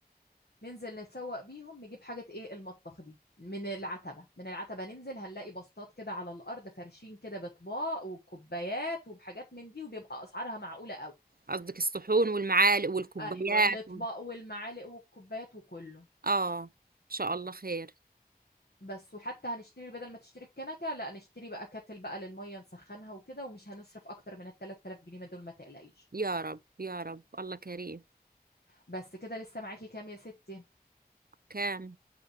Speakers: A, on the left; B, on the right.
A: ننزل نتسوق بيهم نجيب حاجة ايه المطبخ دي من العتبة من العتبة ننزل هنلاقي بسطات كده على الأرض فرشين كده بأطباق وبكوبايات وبحاجات من دي وبيبقى أسعارها معقولة قوي
B: قصدك الصحون والمعالق والكوبايات
A: أيوة الأطباق
B: وال-
A: والمعالق والكوبايات وكله
B: اه ان شاء الله خير
A: بس وحتى هنشتري بدل ما تشتري الكنكة لا نشتري بقى كاتل بقى للمية نسخنها وكده ومش هنصرف أكتر من ال 3000 جنيه دول ما تقلقيش
B: يا رب يا رب الله كريم
A: بس كده لسه معاكي كام يا ستي؟
B: كام